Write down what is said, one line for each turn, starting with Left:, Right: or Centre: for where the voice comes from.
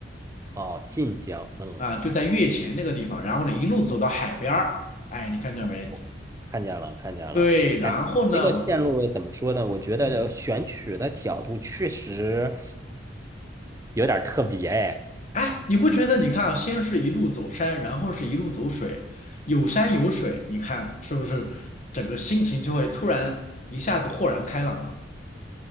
Right: 哦，晋江，嗯，
Left: 啊，就在月前那个地方。然后呢，一路走到海边儿，哎，你看见没？
Right: 哦，看见了，看见了。
Left: 对，然后呢，
Right: 哎，这个线路怎么说呢？
Left: 我就
Right: 我觉得选取的角度确实
Left: 嗯。
Right: 有点儿特别，哎，
Left: 哎，你不觉得？你看啊，先是一路走山，然后是一路走水，有山有水，你看是不是整个心情就会突然一下子豁然开朗了？